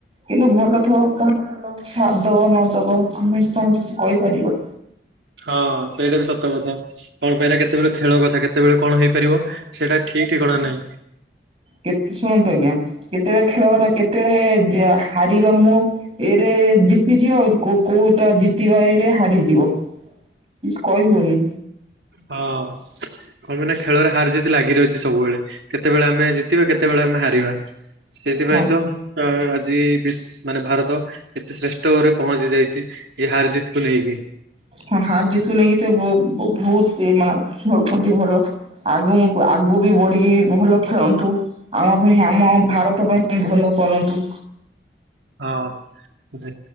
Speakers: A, on the right (about 35°); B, on the right (about 80°).
A: କିନ୍ତୁ ଭଲ ଥିବ କାହାର ଲକ ସାଥ ଦବ ନ ଦବ ଆମେ କଣ କିଛି କହିପାରିବା?
B: ହଁ ସେଇଟା ବି ସତ କଥା। କଣ ପାଇଁନା କେତେବେଳେ ଖେଳ କଥା କେତେବେଳେ କଣ ହେଇପାରିବ ସେଟା ଠିକ ଠିକଣା ନାହିଁ।
A: କେ ଶୁଣନ୍ତୁ ଆଜ୍ଞା କେତେବେଳେ ଖେଳ କଥା କେତେବେଳେ ଯା ହାରିବା ମୁଁ ଏରେ ଜିତିଯିବ ଆଉ କୋଉଟ ଜିତିବା ଏରେ ହାରିଯିବ। କିଛି କହିବନି।
B: ହଁ। କଣ କିନା ଖେଳରେ ହାର ଯେି ଲାଗି ରହିଛି ସବୁବେଳେ, କେତେବେଳେ ଆମେ ଜିତିବା କେତେବେଳେ ଆମେ ହାରିବା। ସେଇଥିପାଇଁ
A: ହଁ
B: ତ ଅ ଆଜି ବି ମାନେ ଭାରତ ଏତେ ଶ୍ରେଷ୍ଠରରେ ପହଞ୍ଚି ଯାଇଛି ଏ ହାର ଜିତକୁୁ ନେଇକି।
A: ହଁ ହାର ଜିତୁ ନେଇକି ତ ବହୁତ ମାନେ ଖେଳୁଛନ୍ତି ଭଲ ଆଗ ଆଗକୁ ବଢିକି ଭଲ ଖେଳନ୍ତୁ। ଆମ ପାଇଁ ଆମ ଭାରତ ପାଇଁ ହି ଭଲ କରନ୍ତୁ।
B: ହଁ। ଯେ